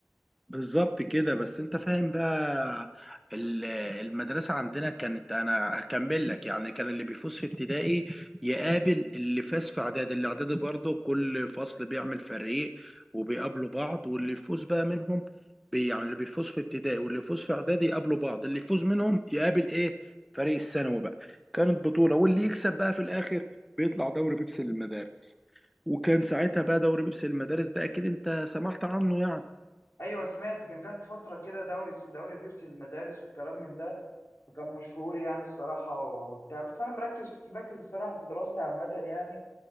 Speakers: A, in the centre; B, on the left (about 70°).
A: بالظبط كده بس انت فاهم بقى ال- المدرسة عندنا كانت انا هكمل لك يعني كان اللي بيفوز في ابتدائي يقابل اللي فاز في اعدادي اللي اعدادي برضه كل فصل بيعمل فريق وبيقابلوا بعض واللي يفوز بقى منهم بي يعني اللي بيفوز في ابتدائي واللي يفوز في اعدادي يقابلوا بعض اللي يفوز منهم يقابل ايه فريق الثانوي بقى كانت بطولة واللي يكسب بقى في الاخر بيطلع دوري بيبسي للمدارس وكان ساعتها بقى دوري بيبسي للمدارس ده اكيد انت سمعت عنه يعني
B: ايوه سمعت كان جات فترة كده دوري اسمه دوري بيبسي المدارس والكلام من ده وكان مشهور يعني الصراحة وبتاع بس انا مركز كنت مركز الصراحة في دراستي عامة يعني